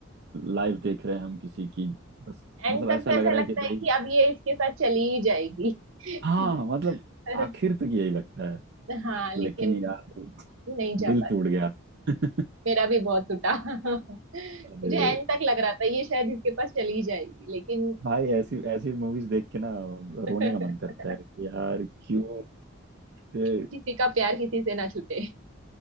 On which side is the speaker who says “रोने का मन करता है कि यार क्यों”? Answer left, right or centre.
Right